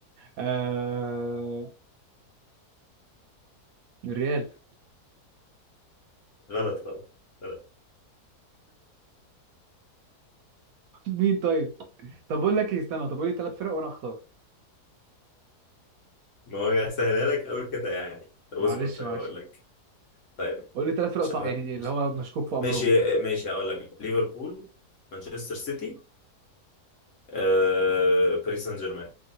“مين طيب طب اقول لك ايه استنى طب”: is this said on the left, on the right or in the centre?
Right